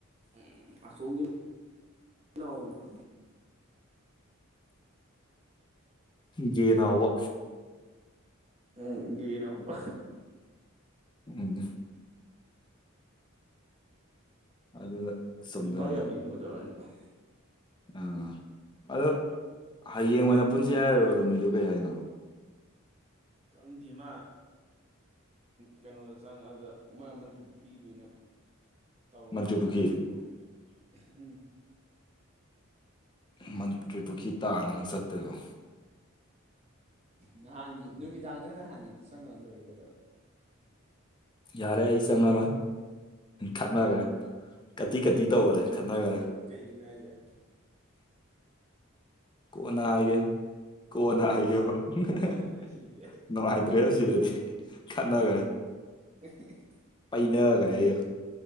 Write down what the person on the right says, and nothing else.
ꯎꯝ ꯑꯁꯣꯝꯒꯤ ꯅꯥꯎꯕꯗ‌ꯣ
ꯑꯪ ꯒ‌ꯦ ꯅꯥꯎꯕ
ꯅꯨꯄꯥ ꯌꯥꯝ ꯌ‌ꯦ <unintelligible>
ꯈꯪꯗꯤꯌ‌ꯦ ꯃꯥ ꯀꯩꯅꯣꯗ ꯆꯪꯉꯛꯑꯗ ꯃꯣꯏ ꯑ ꯃꯟꯇ꯭ꯔꯤ ꯄꯨꯈ꯭ꯔꯤꯒꯤꯗ ꯑꯣꯏꯅ ꯇꯧꯈ꯭ꯔ
ꯃꯥ ꯃꯥꯅ
ꯍꯥꯏꯔꯛꯀꯦꯅ ꯍꯥꯏꯔꯛꯄꯅꯦ ꯎꯝ
ꯅꯍꯥꯟꯒꯤ ꯅꯨꯃꯤꯗꯥꯡꯗ ꯅꯍꯥꯟꯒꯤꯗꯨ ꯆꯪꯉꯒ ꯂꯣꯏꯔꯦ ꯀꯩꯗꯧꯔꯒꯦ
ꯀꯩꯒꯤꯅꯣ ꯍꯥꯏꯁꯦ
ꯍꯥ
ꯅꯨꯡꯉꯥꯏꯇ꯭ꯔꯦ ꯁꯤꯗꯗꯤ
ꯑ <unintelligible>